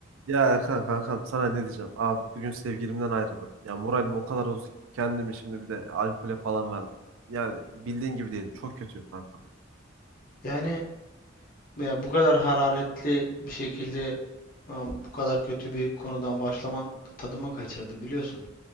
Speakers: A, on the right; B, on the left.
A: Ya Erkan kankam sana ne diyeceğim? Abi bugün sevgilimden ayrıldım. Ya moralim o kadar bozuk ki kendimi şimdi bir de alkole falan verdim. Yani bildiğin gibi değilim. Çok kötüyüm kankam.
B: Yani veya bu kadar hararetli bir şekilde e, bu kadar kötü bir konudan başlaman tadıma kaçırdı biliyorsun.